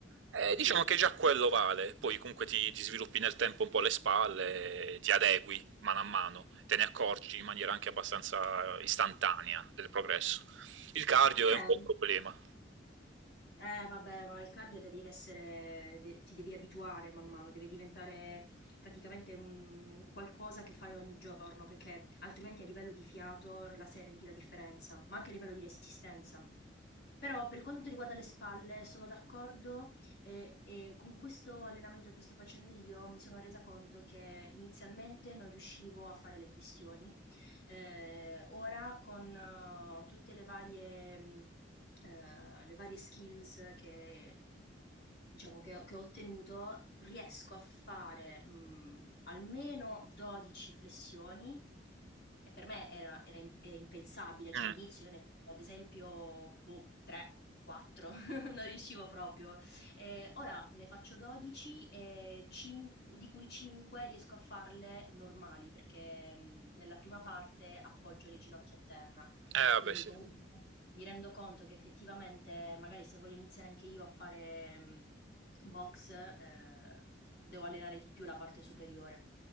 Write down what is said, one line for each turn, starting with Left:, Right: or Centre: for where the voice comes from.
Right: eh,
Left: Sì.
Right: diciamo che già quello vale, poi comunque ti, ti sviluppi nel tempo un po' le spalle, ti adegui mano a mano, te ne accorgi in maniera anche abbastanza istantanea del progresso. Il cardio è un
Left: Eh
Right: po' un problema.
Left: Eh vabbè, ma il cardio devi essere de ti devi abituare man mano, deve diventare praticamente un un qualcosa che fai ogni giorno, perché altrimenti a livello di fiato la senti la differenza, ma anche a livello di resistenza. Però per quanto riguarda le spalle sono d'accordo, ehm, e con questo allenamento che sto facendo io mi sono resa conto che inizialmente non riuscivo a fare le flessioni Ehm, ora con uh, tutte le varie mhmm, ehm, le varie skills che diciamo che ho che ho ottenuto, riesco a fare, mhmm, almeno 12 flessioni e per me era era im era impensabile, cioè
Right: Mm.
Left: all'inizio io ne facevo ad esempio, boh, 3, 4, <laughs> non riuscivo proprio. Eh, ora ne faccio 12, e cin- di cui 5 riesco a farle normali, perché mh, nella prima parte appoggio le ginocchia a terra.
Right: Eh, vabbè,
Left: Quindi
Right: sì.
Left: comunque mi rendo conto che effettivamente, magari se voglio iniziare anche io a fare mh, box, eh, devo allenare di più la parte superiore.